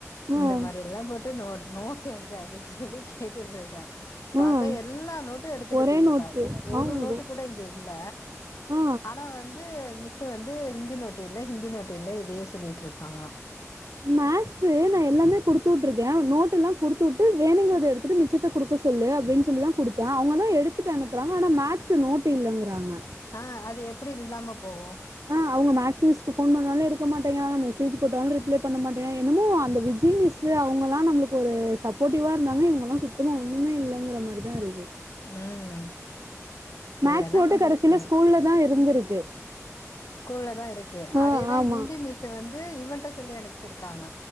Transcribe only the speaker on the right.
ம்
ம்
ஒரே
நோட்டு
ஆமா
ஆ
மேக்ஸு நா எல்லாமே கொடுத்து உற்றுக்கே நோட்ட எல்லா குடுத்து உட்டு வேணுங்கறத எடுத் துட்டு மிச்சத்த குடுக்க சொல்லு அப்டின் சொல்லி தா குடுத்தே அவங்க தா எடுத்துட்டு அனுப்புறாங்க ஆனா மேக்ஸ்ஸு நோட்டு் இல்லங்கிறாங்க
ஆ அவ்ங்க மேக்ஸ் மிஸ்க்கு போன் பண்ணாலே எடுக்க மாட்டேங்கிறாங்க மெசேஜ் போட்டால் ரிப்ளே பண்ண மாட்டிறா என்னமோ அந்த விஜி மிஸ்சு அவுங்கல்லா நம்மளுக்கு ஒரு சப்போர்டிவா இருந்தாங்க இவங்கலா சுத் தமா ஒன்னுமே இல்லங்கிற மாரி தா இருக்கு
மேக்ஸ்
நோட்டு
கடசியில
ஸ்கூல்ல தா இருந்திருக்கு
ஆ
ஆமா.